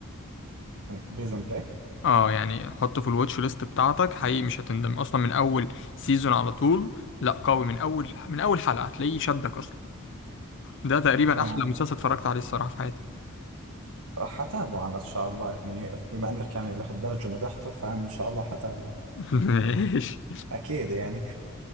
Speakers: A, on the right; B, on the left.
A: بريزون بريك
B: اه يعني حطه في الواتش ليست بتاعتك حقيقي مش هتندم أصلا من أول سيزون على طول لا قوي من أول من أول حلقة هتلاقيه شدك أصلا ده تقريبا
A: تمام
B: أحلى مسلسل اتفرجت عليه الصراحة في حياتي
A: حتابعه انا ان شاء الله يعني بما انك يعني لهالدرجة مدحته فانا ان شاء الله حتابعه
B: <laughs> ماشي
A: اكيد يعني